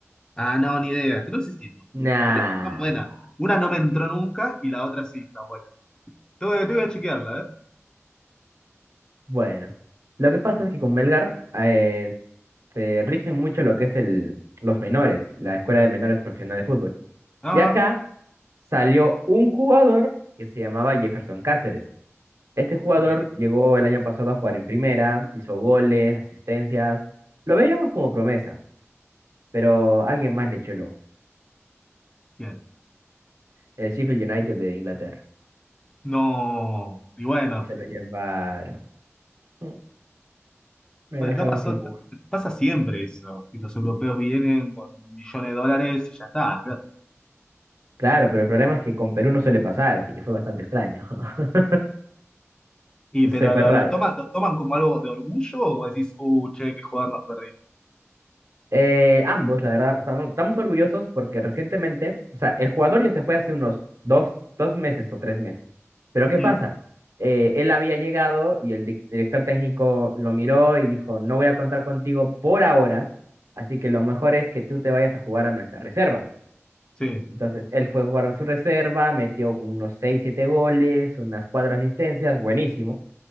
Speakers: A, on the left; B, on the right.
A: Ah, no, ni idea. Creo que sí tiene,
B: Nah.
A: pero están buenas. Una no me entró nunca y la otra sí está buena. Te voy, te voy a chequearla, ¿eh?
B: Bueno, lo que pasa es que con Melgar, eh, se rigen mucho lo que es el, los menores, la Escuela de Menores Profesional de Fútbol.
A: Ah,
B: Y acá salió un jugador que se llamaba Jefferson Cáceres. Este jugador
A: ok.
B: llegó el año pasado a jugar en primera, hizo goles, asistencias. Lo veíamos como promesa, pero alguien más le echó el ojo.
A: Bien.
B: El Sheffield United de Inglaterra.
A: No. Y bueno.
B: Y se lo llevaron. Mm, Me
A: Bueno,
B: dejaron
A: acá pasó,
B: sin jugar.
A: pasa siempre eso, que los europeos vienen con millones de dólares y ya está.
B: Claro, pero el problema es que con Perú no suele pasar, así que fue bastante extraño. <laughs>
A: Y
B: No
A: pero
B: sé, fue
A: lo,
B: raro.
A: lo toman, lo toman como algo de orgullo o decís, uh, che, qué joder nos perdimos.
B: Eh, ambos, la verdad, estamos, estamos orgullosos porque recientemente, o sea, el jugador ya se fue hace unos dos, dos meses o tres meses. Pero ¿qué
A: Mm,
B: pasa? Eh, él había llegado y el dic- director técnico lo miró y dijo, no voy a contar contigo por ahora, así que lo mejor es que tú te vayas a jugar a nuestra reserva.
A: sí,
B: Entonces, él fue a jugar a su reserva, metió como unos seis, siete goles, unas cuatro asistencias, buenísimo.